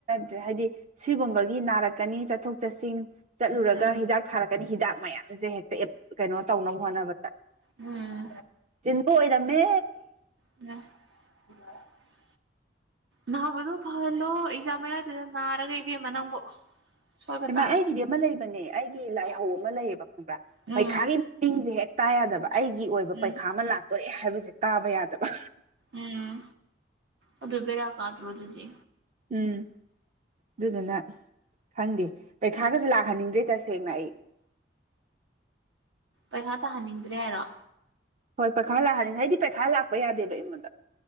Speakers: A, on the right; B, on the right.
A: ꯭ꯔꯦ ꯍꯥꯏꯗꯤ ꯁꯤꯒꯨꯝꯕꯒꯤ ꯅꯥꯔꯛꯀꯅꯤ ꯆꯠꯊꯣꯛ ꯆꯠꯁꯤꯟ ꯆꯠꯂꯨꯔꯒ
B: ꯎꯝ
A: ꯍꯤꯗꯥꯛ ꯊꯥꯔꯛ ꯍꯤꯗꯥꯛ ꯃꯌꯥꯝꯁꯦ ꯍꯦꯛꯇ ꯀꯩꯅꯣ ꯇꯧꯅꯕ ꯍꯣꯠꯅꯕꯗ
B: ꯎꯝ
A: ꯆꯤꯟꯕ ꯑꯣꯏꯔꯝꯃꯦ
B: <unintelligible> ꯎ <unintelligible> ꯅꯥꯕꯗꯣ ꯐꯍꯜꯂꯣ ꯑꯦꯛꯖꯥꯝ ꯃꯌꯥꯗꯨꯗ ꯅꯥꯔꯒ ꯏꯕꯦꯝꯃ ꯅꯪꯕꯨ ꯁꯣꯏꯕ
A: ꯍꯩꯃꯥ
B: ꯇꯥꯔꯦ
A: ꯑꯩꯒꯤꯗꯤ ꯑꯃ ꯂꯩꯕꯅꯦ ꯑꯩꯒꯤ ꯂꯥꯏꯍꯧ ꯑꯃ ꯂꯩꯌꯦꯕ ꯈꯪꯕ꯭ꯔꯥ
B: ꯎꯝ
A: ꯄꯩꯈꯥꯒꯤ ꯃꯃꯤꯡꯖꯦ ꯍꯦꯛ ꯇꯥ ꯌꯥꯗꯕ ꯑꯩꯒꯤ ꯑꯣꯏꯕ
B: ꯎꯝ
A: ꯄꯩꯈꯥ ꯑꯃ ꯂꯥꯛꯇꯣꯔꯦ ꯍꯥꯏꯕꯁꯦ ꯇꯥꯕ ꯌꯥꯗꯕ
B: ꯎꯝ ꯑꯗꯨ ꯕꯦꯔꯥ ꯀꯥꯗ꯭ꯔꯣ ꯑꯗꯨꯗꯤ
A: ꯎꯝ ꯑꯗꯨꯗꯨꯅ ꯈꯪꯗꯦ ꯄꯩꯈꯥꯒꯖꯨ ꯂꯥꯛꯍꯟꯅꯤꯡꯗ꯭ꯔꯦ ꯇꯁꯦꯡꯅ ꯑꯩ
B: ꯄꯩꯁꯥ ꯇꯥꯍꯟꯅꯤꯡꯗ꯭ꯔꯦ ꯍꯥꯏꯔꯣ
A: ꯍꯣꯏ ꯄꯩꯈꯥ ꯂꯥꯛꯑꯅꯤ ꯍꯥꯏꯗꯤ ꯄꯩꯈꯥ ꯂꯥꯛꯄ ꯌꯥꯗꯦꯕ ꯑꯩꯉꯣꯟꯗ